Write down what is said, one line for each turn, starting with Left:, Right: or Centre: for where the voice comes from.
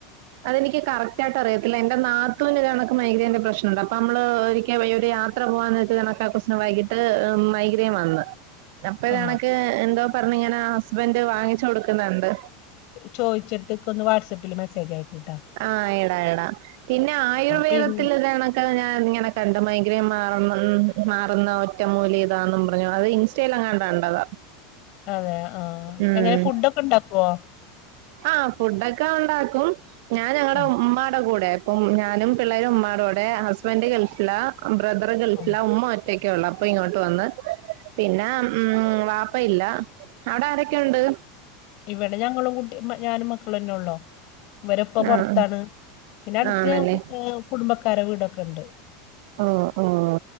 Right: അതെനിക്ക് കറക്റ്റായിട്ടറിയത്തില്ല എന്റെ നാത്തൂനിത് കണക്ക് മൈഗ്രേന്റെ പ്രശ്നവുണ്ട് അപ്പമ്മള് ഒരിക്ക വയ്യേ ഒരു യാത്ര ത്ര പോകവെന്ന് വെച്ച് കണക്കാ കൊച്ചിന് വൈകിട്ട് മൈഗ്രേൻ വന്ന് അപ്പതേ
Left: ആ
Right: കണക്ക് എന്തോ പറഞ്ഞ്ങ്ങനെ ഹസ്ബൻഡറ് വാങ്ങിച്ചു കൊടുക്കുന്ന്ണ്ട്
Left: ചോയ്ച്ചിട്ടിക്കൊന്ന് വാട്സപ്പില് മെസേജയക്കിട്ടോ
Right: ആഹ് ഇടായിടാ പിന്നെ ആയുർവേദത്തിലിതാണക്ക്
Left: പിന്നെ
Right: ഞാനിങ്ങനെ കണ്ടേ മൈഗ്രൻ മാറുന്ന മാറുന്ന ഒറ്റമൂലിയിതാന്നും പറഞ്ഞു അത് ഇൻസ്റ്റ യിലെങ്ങാണ്ട് കണ്ടതാ
Left: അതെ ആ
Right: ഉം
Left: എങ്ങനെ ഫുഡൊക്കെണ്ടാക്കുവോ?
Right: ആഹ് ഫുഡൊക്കെ ഉണ്ടാക്കും ഞാനിവിടെ
Left: ഉം
Right: ഉമ്മാടെ കൂടെ ഉം ഞാനും പിള്ളേരും ഉമ്മാടെ കൂടെ ഹസ്ബൻഡ് ഗൾഫിലാ ബ്രദർ ഗൾഫിലാ
Left: ഉം
Right: ഉമ്മ ഒറ്റ റ്റക്കൊള്ളൂ അപ്പയിങ്ങോട്ട് വന്ന് പിന്നെ ഉം വാപ്പയില്ല അവ്ടെയാരൊക്കെയുണ്ട്?
Left: ഇവടെ ഞങ്ങളും കുട്ടി ഞാനും മക്കളെന്നെയൊള്ളു ഇവരെപ്പ പൊറത്താണ്
Right: ആഹ്
Left: പിന്നെ അടുത്ത്
Right: ആണല്ലേ
Left: ഞ കുടുംബക്കാരെ വീടൊക്കെണ്ട്
Right: ആഹ് ആഹാ